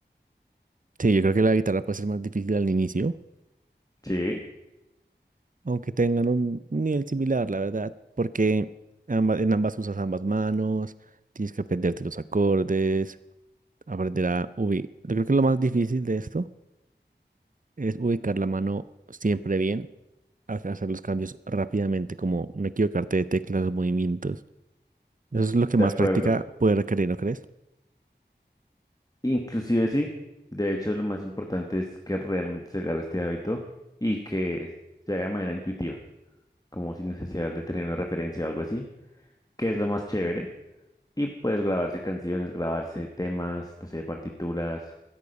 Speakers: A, on the right (about 45°); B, on the left (about 20°).
A: sí, yo creo que la guitarra puede ser más difícil al inicio,
B: Sí,
A: aunque tengan un, un nivel similar, la verdad, porque ambas, en ambas usas ambas manos, tienes que aprenderte los acordes, aprender a ubicar. Yo creo que lo más difícil de esto es ubicar la mano siempre bien, hace- hacer los cambios rápidamente, como no equivocarte de teclas, movimientos. Eso es lo que
B: de
A: más
B: acuerdo.
A: práctica puede requerir, ¿no crees?
B: Inclusive sí, de hecho lo más importante es que realmente se agarre este hábito y que se haga de manera intuitiva, como sin necesidad de tener una referencia o algo así, que es lo más chévere. Y puedes grabarse canciones, grabarse temas, no sé, partituras,